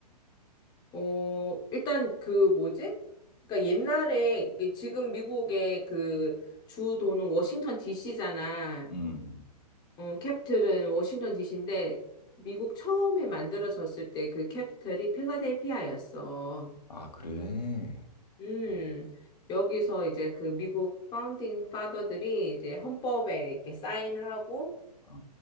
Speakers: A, on the left (about 20°); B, on the left (about 75°).
A: 어, 일단 그 뭐지? 그러니까 옛날에, 이게 지금 미국의 그 주도는 워싱턴 DC잖아.
B: 음.
A: 어, 캡틀은 워싱턴 DC인데, 미국 처음에 만들어졌을 때 그 캡틀이 필라델피아였어.
B: 아, 그래.
A: 음,
B: 어,
A: 여기서 이제 그 미국 파운딩 파더들이 이제 헌법에 이렇게 사인하고,
B: 아,